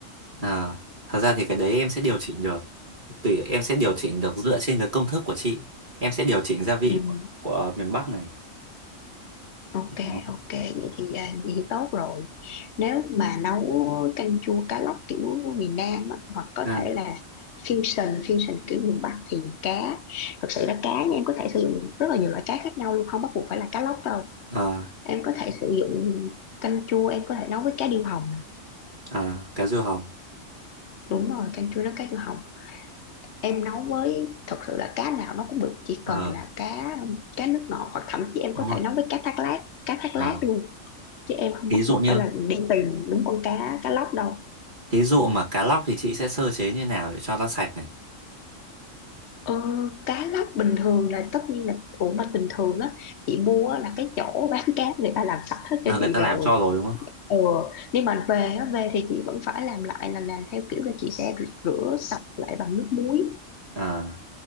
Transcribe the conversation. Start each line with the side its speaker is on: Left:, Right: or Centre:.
Right: Ờ, thật ra thì cái đấy em sẽ điều chỉnh được tùy em sẽ điều chỉnh được dựa trên cái công thức của chị em sẽ điều chỉnh gia vị
Left: ừ.
Right: của, của miền Bắc này
Left: Ok,
Right: Đó.
Left: ok, vậy thì, à, vậy thì tốt rồi. Nếu mà nấu canh chua cá lóc kiểu miền Nam á, hoặc có
Right: Ờ,
Left: thể là fusion, fusion kiểu miền Bắc thì cá. Thực sự là cá nha, em có thể sử dụng rất là nhiều loại cá khác nhau luôn, không bắt buộc phải là cá lóc đâu.
Right: ờ,
Left: Em có thể sử dụng canh chua, em có thể nấu với cá điêu hồng. nè.
Right: ờ, cá riêu hồng
Left: Đúng rồi, canh chua nấu cá điêu hồng. Em nấu với, thật sự là cá nào nó cũng được, chỉ
Right: Ờ,
Left: cần là cá cá nước ngọt hoặc thậm chí em
Right: đúng
Left: có
Right: rồi
Left: thể nấu với cá thác lát, cá thác
Right: Ờ,
Left: lát luôn chứ em không
Right: thí
Left: bắt
Right: dụ
Left: buộc
Right: như
Left: phải là đi tìm đúng con cá cá lóc đâu
Right: thí dụ mà cá lóc thì chị sẽ sơ chế như nào để cho nó sạch này
Left: ờ, cá lóc bình thường là tất nhiên là ủa mà bình thường á chị mua á là cái chỗ bán cá người ta làm sạch hết
Right: Ờ,
Left: cho
Right: người
Left: chị
Right: ta
Left: rồi
Right: làm cho rồi đúng không
Left: ờ nhưng mà về á về thì chị vẫn phải làm lại là làm theo kiểu là chị sẽ rửa, rửa sạch lại bằng nước muối
Right: Ờ,